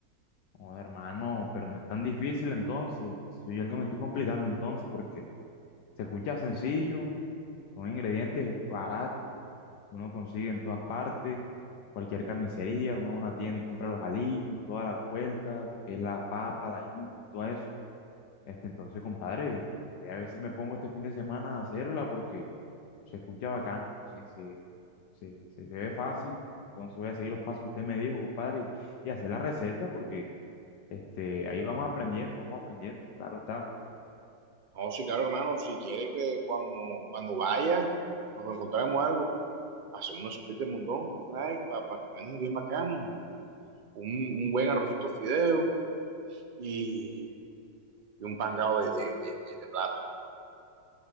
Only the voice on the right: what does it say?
No, sí, claro hermano, si quiere que cuando, cuando vaya nos encontremos algo, hacemos una sopita de mondongo por ahí para pa comernos bien bacano, un, un buen arrocito fideo y, y un pangado de, de, de, de plata.